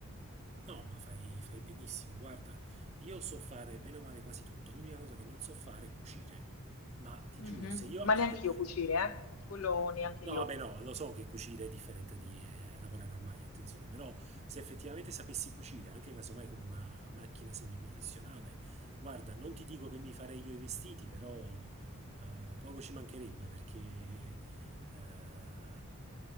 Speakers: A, on the right (about 30°); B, on the left (about 80°).
A: No, ma fai, fai benissimo. Guarda, io so fare bene o male quasi tutto. L'unica cosa che non so fare è cucire. Ma ti giuro,
B: Mhm,
A: se io
B: Ma neanche
A: <laughs>
B: io cucire, eh? Quello neanche
A: No,
B: io.
A: vabbè, no, lo so che cucire è differente di eh, lavorare al maglia, attenzione, però se effettivamente sapessi cucire, anche casomai con una macchina semiprofessionale, guarda, non ti dico che mi farei io i vestiti, però eh, poco ci mancherebbe perché eh,